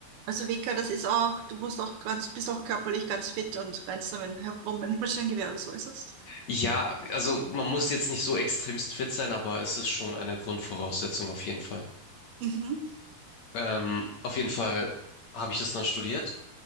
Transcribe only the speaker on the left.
Ja, also man muss jetzt nicht so extremst fit sein, aber es ist schon eine Grundvoraussetzung auf jeden Fall.
Ähm, auf jeden Fall habe ich das dann studiert